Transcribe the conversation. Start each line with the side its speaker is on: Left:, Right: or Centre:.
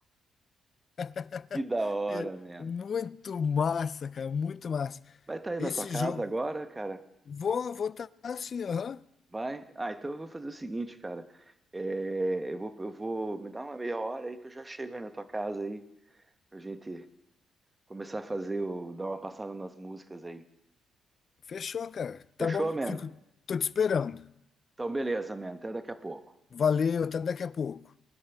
Left: <laughs>
Right: Que da hora,
Left: E
Right: mano.
Left: Muito massa, cara, muito massa.
Right: Vai estar aí
Left: Esse
Right: na tua casa
Left: jogo.
Right: agora, cara?
Left: Vou votar assim, aham.
Right: Vai? Ah, então eu vou fazer o seguinte, cara. É, eu vou, eu vou me dar uma meia hora aí que eu já chego aí na tua casa aí, pra gente começar a fazer o, dar uma passada nas músicas aí.
Left: Fechou, cara.
Right: Fechou,
Left: Tá bom,
Right: man?
Left: fico. Tô te esperando.
Right: Então beleza, man. Até daqui a pouco.
Left: Valeu, até daqui a pouco.